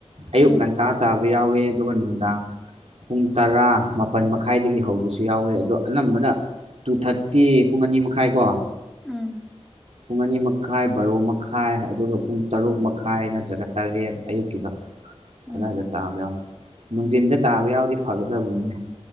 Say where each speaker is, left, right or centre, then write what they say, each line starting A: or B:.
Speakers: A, on the right; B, in the centre.
A: ꯑꯌꯨꯛ
B: ꯎꯝ
A: ꯉꯟꯇꯥ ꯇꯥꯕ ꯌꯥꯎꯋꯦ ꯑꯗꯨꯒ ꯅꯨꯡꯗꯥꯡ ꯄꯨꯡ ꯇꯔꯥ ꯃꯥꯄꯜ ꯃꯈꯥꯏꯗꯒꯤ ꯍꯧꯕꯁꯨ ꯌꯥꯎꯋꯦ ꯑꯗꯣ ꯑꯅꯝꯕꯅ ꯇꯨ ꯊꯔꯇꯤ ꯄꯨꯡ ꯑꯅꯤ ꯃꯈꯥꯏ ꯀꯣ
B: ꯎꯝ
A: ꯄꯨꯡ ꯑꯅꯤ ꯃꯈꯥꯏ ꯕꯥꯔꯣ ꯃꯈꯥꯏ ꯑꯗꯨꯒ ꯄꯨꯡ ꯇꯔꯨꯛ ꯃꯈꯥꯏ ꯅꯠꯇ꯭ꯔꯒ ꯇꯔꯦꯠ ꯑꯌꯨꯛꯀꯤꯗꯣ
B: ꯎꯝ
A: ꯑꯗꯥꯏꯗ ꯇꯥꯕ ꯌꯥꯎꯅꯤ ꯅꯨꯡꯊꯤꯟꯗ ꯇꯥꯕ ꯌꯥꯎꯗꯤ ꯐꯒꯗꯧꯕꯅꯤ